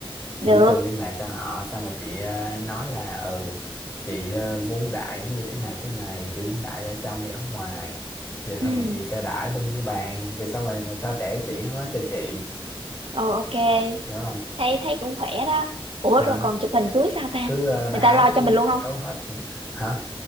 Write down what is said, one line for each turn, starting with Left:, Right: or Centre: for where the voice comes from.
Right: được
Left: chị chỉ cần liên lạc cho họ xong rồi chị ờ, nói là ừ chị ờ, muốn đãi như thế này thế này chị muốn đãi ở trong hay ở ngoài vậy xong
Right: ừ
Left: rồi chị sẽ đãi bao nhiêu bàn rồi xong rồi người ta sẽ chỉ hết cho chị
Right: Ồ, ok
Left: hiểu không
Right: thấy thấy cũng khỏe đó ủa
Left: đó
Right: rồi còn chụp hình cưới sao ta
Left: cứ ờ, báo
Right: người ta lo cho
Left: cứ
Right: mình luôn không
Left: báo hết những- hả